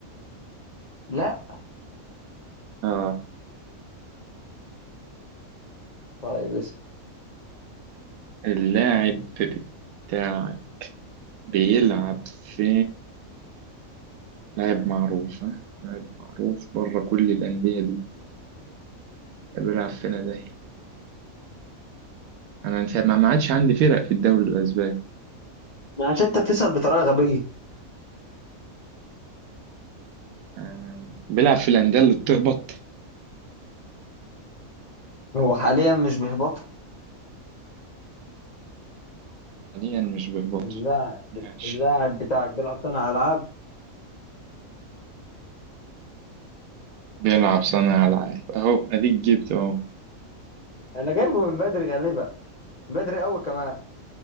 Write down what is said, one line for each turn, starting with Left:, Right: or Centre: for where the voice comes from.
Left: لا
Right: اه
Left: طيب اسال
Right: اللاعب بتاعك بيلعب في لاعب معروف ها؟ لاعب معروف بره كل الأندية دي بيلعب فين ده أنا من ساعة ما ما عادش عندي فرق في الدوري الأسباني
Left: ما عشان انت بتسأل بطريقة غبية
Right: آه. بيلعب في الأندية اللي بتهبط
Left: هو حاليا مش بيهبط
Right: حاليا مش بيهبطوا
Left: اللاعب
Right: ماشي
Left: اللاعب بتاعك بيلعب صانع العاب
Right: بيلعب صانع ألعاب أهو أديك جبت أهو
Left: انا جايبه من بدري غالبا بدري قوي كمان